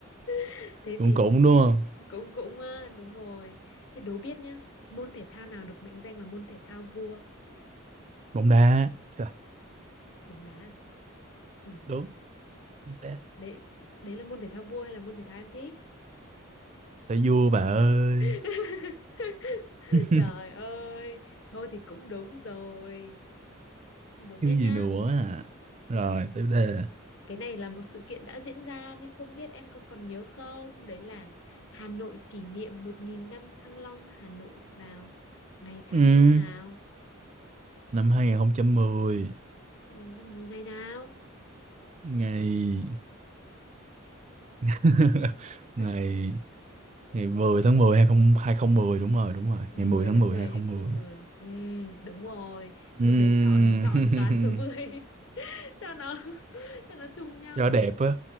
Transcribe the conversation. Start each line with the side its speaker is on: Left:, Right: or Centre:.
Left: <laughs> thế
Right: cũng
Left: thì
Right: cũng đúng không
Left: cũng cũng ờ, đúng rồi. Thế đố biết nhá, môn thể thao nào được mệnh danh là môn thể thao vua
Right: bóng đá Chà,
Left: bóng đá? à? Ừ.
Right: đúng bóng đá
Left: đấy đấy là môn thể thao vua hay là môn thể thao em thích
Right: phải vua bà ơi
Left: <laughs>
Right: <laughs>
Left: trời ơi thôi thì cũng đúng rồi đúng
Right: thứ
Left: biết
Right: gì
Left: nhá
Right: nữa à rồi
Left: Ừm,
Right: tiếp đề
Left: cái này là một sự kiện đã diễn ra nhưng không biết em có còn nhớ không đấy là Hà Nội kỷ niệm 1.000 năm Thăng Long Hà Nội vào ngày tháng
Right: ừ,
Left: năm nào
Right: năm 2010
Left: Ừ, ngày nào
Right: ngày <laughs>
Left: <laughs>
Right: ngày Ngày 10 tháng 10 20 2010 đúng rồi, đúng rồi.
Left: ngày
Right: Ngày 10
Left: 10
Right: tháng
Left: tháng
Right: 10
Left: 10
Right: không
Left: hay không
Right: một không.
Left: mười ừ, đúng rồi lúc
Right: Ừm,
Left: đấy chọn chọn toàn số mười
Right: <laughs>
Left: <laughs> cho nó <laughs> cho nó trùng nhau
Right: do
Left: ấy
Right: đẹp á,